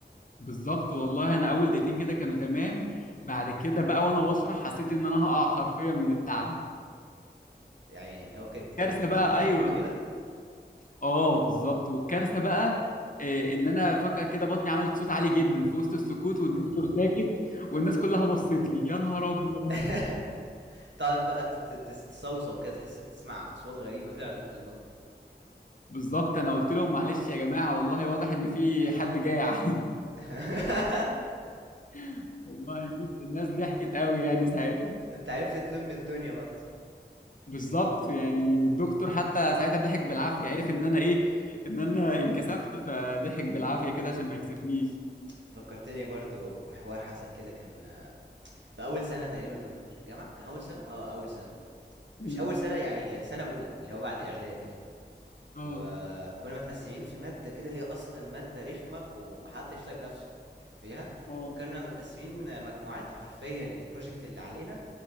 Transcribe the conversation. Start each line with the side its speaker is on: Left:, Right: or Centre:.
Left: بالظبط والله انا اول دقيقتين كده كانوا تمام بعد كده بقى وانا بشرح حسيت ان انا هقع حرفيا من التعب
Right: يعني هو كانت كانت
Left: كارثة
Right: البرزنتيشن
Left: بقى ايوه
Right: طويله
Left: اه بالظبط والكارثه بقى آه، ان انا فجاه كده بطني عملت صوت عالي جدا في وسط السكوت والدكتور ساكت والناس كلها بصت لي يا نهار ابيض
Right: <laughs> تقعد بقى ت- ت- تس- تصوصو كده تحس بتسمع اصوات غريبه فعلا في البطن
Left: بالظبط انا قلت لهم معلش يا جماعه والله واضح ان في حد جاع
Right: <laughs>
Left: <laughs> والله الناس الناس ضحكت قوي يعني ساعتها
Right: انت عرفت تلم الدنيا برضه
Left: بالظبط يعني الدكتور حتى ساعتها ضحك بالعافيه عرف ان انا ايه ان انا انكسفت فضحك بالعافيه كده عشان ما يكسفنيش
Right: تفكرتني برضو بحوار حصل كده كان آه، في اول سنه تقريبا في الجامعه كان اول سنه اه اول سنه
Left: امم
Right: مش اول سنه يعني سنه اولى اللي هو بعد اعدادي يعني
Left: اه
Right: وكنا متقسمين في ماده كده هي اصلا ماده رخمه ومحدش طايق نفسه فيها
Left: اه
Right: وكنا متقسمين مجموعات حرفيا البروجكت اللي علينا